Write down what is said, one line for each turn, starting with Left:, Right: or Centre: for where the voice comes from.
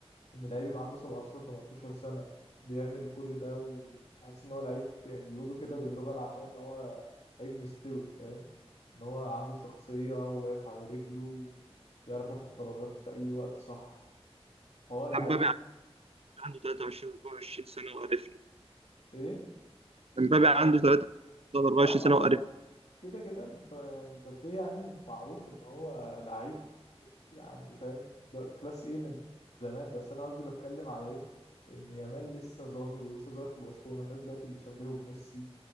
Left: ان لعيب يبقى عنده 17 18 سنه بيعمل كل ده وتحس ان هو لعيب يعني بيقولوا كده باللغه العاميه ان هو لعيب مستوي فاهم ان هو عنده شخصيه وواقف على رجله ويعرف ياخد قرارات في اي وقت صح هو لعيب
Right: امبابي عنده 23 24 سنة وقرفنا
Left: ايه
Right: امبابي
Left: ما
Right: عنده 23 24
Left: اه ما
Right: سنة
Left: هو
Right: وقرفنا
Left: كده كده مب- مبابي يعني معروف ان هو لعيب يعني فاهم ده كلاس ايه من من زمان بس انا قصدي بتكلم على ايه ان يامال لسه ظاهر ولسه ظاهر في برشلونة الناس دلوقتي بتشبهه بميسي